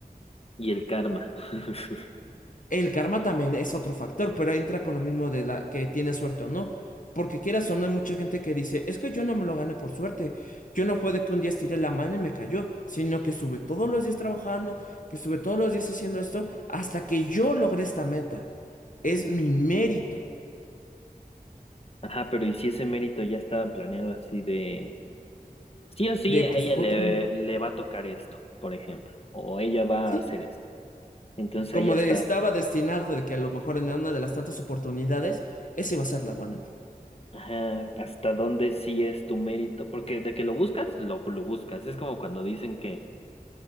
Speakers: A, on the left; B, on the left.
A: Y el karma. <laughs>
B: El karma también es otro factor, pero ahí entra con lo mismo de la que tiene suerte o no. Porque quieras o no, hay mucha gente que dice, es que yo no me lo gané por suerte. Yo no fue de que un día estiré la mano y me cayó, sino que estuve todos los días trabajando, que estuve todos los días haciendo esto, hasta que yo logré esta meta. Es mi mérito.
A: Ajá, pero y si ese mérito ya estaba planeado así de, sí o sí,
B: De,
A: a
B: pues,
A: ella
B: puta,
A: le,
B: mm,
A: le va a tocar esto, por ejemplo, o ella va
B: sí.
A: a hacer esto. Entonces
B: Como
A: ahí hasta,
B: de estaba destinado de que a lo mejor en una de las tantas oportunidades, esa iba a ser la buena.
A: ajá, hasta dónde sí es tu mérito, porque de que lo buscas, lo, lo buscas. Es como cuando dicen que